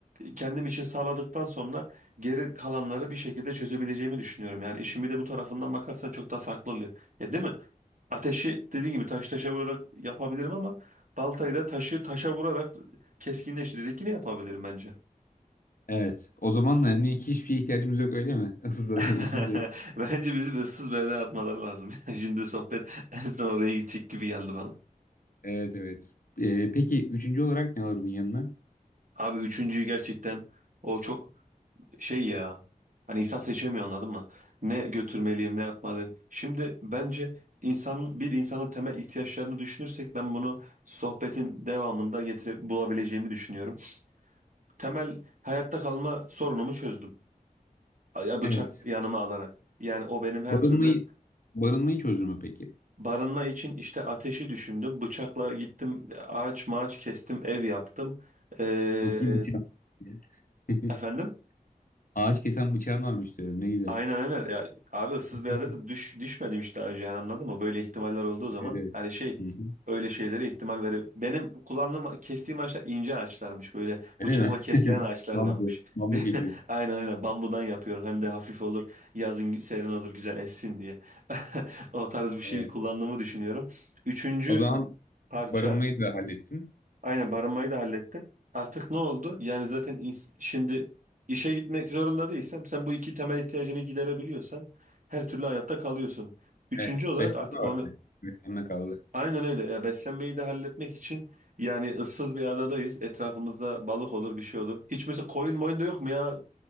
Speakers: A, on the right (about 65°); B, on the left (about 70°).
A: kendim için sağladıktan sonra geri kalanları bir şekilde çözebileceğimi düşünüyorum. Yani işimi de bu tarafından bakarsan çok daha farklı oluyor. Ya değil mi? Ateşi dediğin gibi taş taşa vurarak yapabilirim ama baltayı da taşı taşa vurarak keskinleştirerek yine yapabilirim bence.
B: Evet. O zaman hani hiçbir şeye ihtiyacımız yok öyle mi? <laughs> Issız adaya
A: <laughs>
B: düşünce.
A: Bence bizim ıssız bir yere atmaları lazım. <laughs> Şimdi sohbet en son oraya gidecek gibi geldi bana.
B: Evet evet. Ee, peki üçüncü olarak ne alırdın yanına?
A: Abi üçüncüyü gerçekten o çok şey ya hani insan seçemiyor anladın mı? Ne götürmeliyim ne yapmalıyım. Şimdi bence insan bir insanın temel ihtiyaçlarını düşünürsek ben bunu sohbetin devamında getire bulabileceğimi düşünüyorum. Temel hayatta kalma sorunumu çözdüm. Ya bıçak
B: Evet.
A: yanıma alarak. Yani o benim her
B: Barınmayı
A: türlü
B: barınmayı çözdün mü peki?
A: barınma için işte ateşi düşündüm. Bıçakla gittim ağaç mağaç kestim ev yaptım. Ee,
B: Çok iyi bıçağın. <laughs>
A: efendim?
B: Ağaç kesen bıçağın varmış diyorum. Ne güzel.
A: Aynen aynen. Ya, abi ıssız
B: <laughs>
A: bir adada düş, düşmedim işte daha önce yani anladın mı? Böyle ihtimaller olduğu zaman
B: Evet evet.
A: hani şey
B: Hı hı.
A: öyle şeylere ihtimal vere... Benim kullandığım kestiğim ağaçlar ince ağaçlarmış böyle
B: Öyle
A: bıçakla
B: mi?
A: kesilen
B: <laughs>
A: ağaçlardanmış.
B: Bambu. Bambu getirdin.
A: <laughs> Aynen aynen bambudan yapıyorum hem de hafif olur yazın serin olur güzel essin diye. <laughs> O tarz bir şeyi
B: Evet.
A: kullandığımı düşünüyorum. Üçüncü
B: O zaman
A: parça
B: barınmayı da hallettin.
A: Aynen barınmayı da hallettim. Artık ne oldu? Yani zaten ins- şimdi işe gitmek zorunda değilsem sen bu iki temel ihtiyacını giderebiliyorsan her türlü hayatta kalıyorsun. Üçüncü
B: Evet.
A: olarak
B: Beslenme
A: artık onu
B: vardı. Beslenme kaldı.
A: aynen öyle ya beslenmeyi de halletmek için yani ıssız bir adadayız. Etrafımızda balık olur bir şey olur. Hiç mesela koyun moyun da yok mu ya